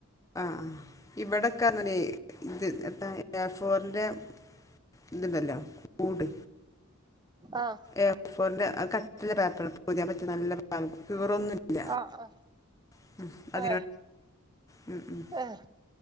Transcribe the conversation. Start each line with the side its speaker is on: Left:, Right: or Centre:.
Left: ആഹ് ആഹ് ഇവിടെ <unintelligible> ഏഫോറിന്റെ ഇതുണ്ടല്ലോ കൂട്
Right: ആഹ്
Left: ഏഫോറിന്റെ ആ കട്ടിയുള്ള പേപ്പറ് പൊതിയാൻ പറ്റിയ നല്ല പേപ്പറ് കീറൊന്നുല്ല
Right: ആഹ്
Left: <unintelligible>
Right: ഏഹ്
Left: ഉം ഉം
Right: ഏഹ്